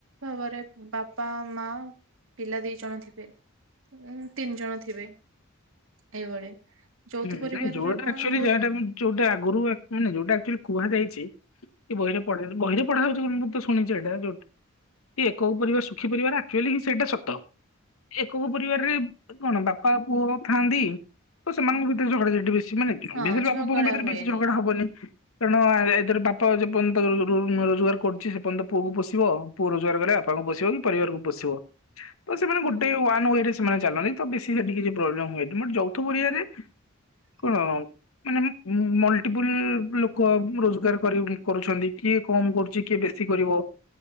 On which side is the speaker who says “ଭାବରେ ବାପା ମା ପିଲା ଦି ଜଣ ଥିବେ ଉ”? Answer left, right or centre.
Right